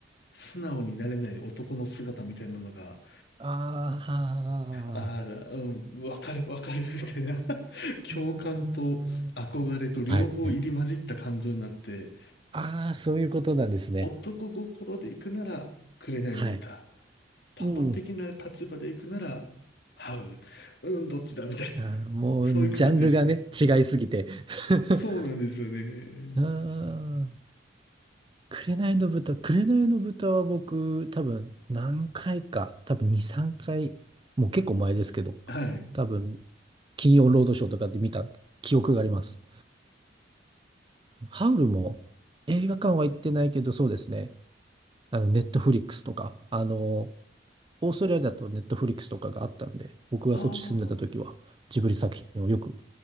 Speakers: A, on the left; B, on the right.
A: 素直になれない男の姿みたいなのが、
B: ああ、
A: ああ、うん、わかるわかるみたいな <laughs>、共感と憧れと両方入り混じった感情になって、
B: うーん。はい。ああ、そういうことなんですね。
A: 男心で行くなら、紅の豚。
B: はい。
A: パパ的な立場で行くなら、
B: うん。
A: ハウル。うん、どっちだみたいな。
B: あーもう、
A: そういう感じですね。
B: ジャンルがね、違いすぎて。<laughs>
A: そうなんですよね。
B: うー紅の豚、紅の豚は僕、多分何回か、多分2、3回、もう結構前ですけど、
A: はい。
B: 多分金曜ロードショーとかで見た記憶があります。ハウルも映画館は行ってないけど、そうですね。あの、ネットフリックスとか、あの、オーストラリアだとネットフリックスとかがあったんで、僕がそっち住んでた時はジブリ作品をよく
A: あ